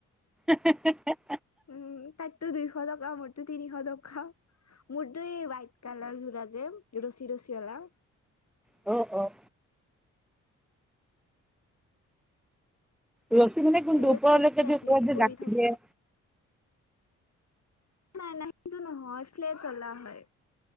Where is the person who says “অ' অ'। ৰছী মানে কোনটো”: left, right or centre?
Centre